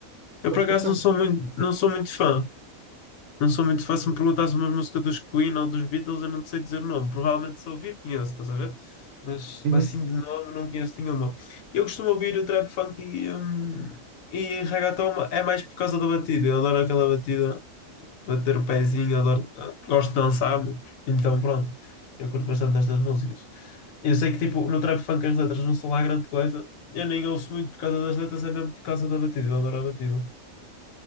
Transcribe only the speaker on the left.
Eu
por acaso
não sou muito, não sou muito fã. Não sou muito fã. Se me perguntasse uma música dos Queen ou dos Beatles, eu não te sei dizer o nome. Provavelmente se ouvir conheço, estás a ver? Mas
assim de nome não conheço nenhuma. Eu costumo ouvir o trap funk e, hum, e reggaeton é mais por causa da batida. Eu adoro aquela batida para ter o pezinho, adoro, gosto de dançar, meu. então pronto, eu curto bastante estas músicas. Eu sei que tipo, no trap funk as letras não são lá grande coisa, eu nem ouço muito por causa das letras, é mesmo por causa da batida, eu adoro a batida.